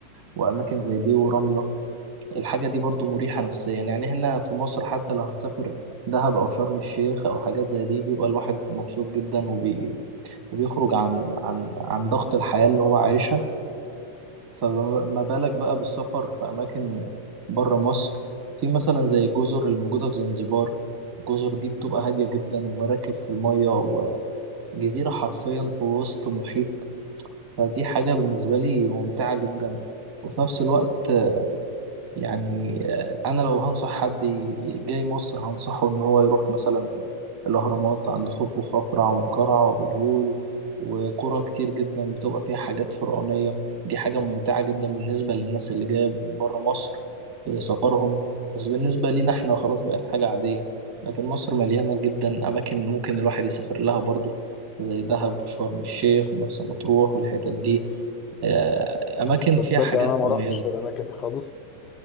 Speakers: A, on the right; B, on the left.
A: واماكن زي دي ورمله الحاجة دي برضو مريحة نفسيا يعني هنا في مصر حتى لو هتسافر دهب أو شرم الشيخ أو حاجات زي دي بيبقى الواحد مبسوط جدا وبي... وبيخرج عن عن عن ضغط الحياة اللي هو عايشها فما بالك بقى بالسفر في أماكن بره مصر في مثلا زي الجزر الموجودة في زنزبار الجزر دي بتبقى هادية جدا ومراكب في المية وجزيرة حرفيا في وسط محيط فدي حاجة بالنسبة لي ممتعة جدا وفي نفس الوقت يعني آه، انا لو هنصح حد ي- جاي مصر هنصحه ان هو يروح مثلا الاهرامات عند خوفو وخفرع ومنقرع وابو الهول وقرى كتير جدا بتبقى فيها حاجات فرعونية دي حاجة ممتعة جدا بالنسبة للناس اللي جاية من بره مصر في سفرهم بس بالنسبة لينا احنا خلاص بقت حاجة عادية لكن مصر مليانة جدا أماكن ممكن الواحد يسافر لها برضو زي دهب وشرم الشيخ ومرسى مطروح والحتت دي آه، أماكن
B: طب
A: فيها
B: تصدق
A: حاجات
B: انا ما
A: مميزة
B: رحتش في الاماكن دي خالص